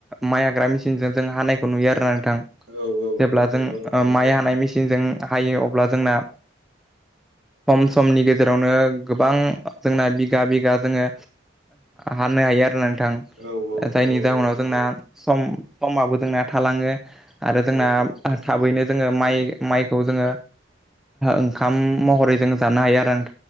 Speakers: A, in the centre; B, on the right.
A: माइ हाग्रा मेसिनजों जों हानायखौ नुयो आरो ना
B: औ औ
A: जेब्ला जों
B: नंगौ नोंथां
A: ओ माय हानाय मे सिनजों हायो अब्ला जोंना खम समनि गेजेराव गेजेरावनो गोबां जोंना बिगा बिगा जोङो हानो हायो आरो ना
B: औ औ
A: जायनि
B: नंगौ नोंथां
A: जाहोनाव जोंना सम समाबो जोंना थालाङो आरो जोंना
B: औ औ
A: थाबैनो जोङो माइ माइखौ जोङो ओंखाम महरै जों जानो हायो आरो आ